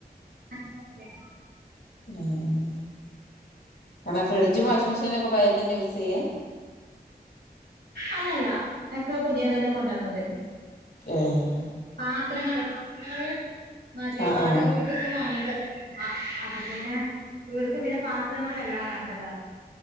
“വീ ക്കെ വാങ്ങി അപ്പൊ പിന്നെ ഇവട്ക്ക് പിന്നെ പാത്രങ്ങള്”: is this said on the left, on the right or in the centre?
Right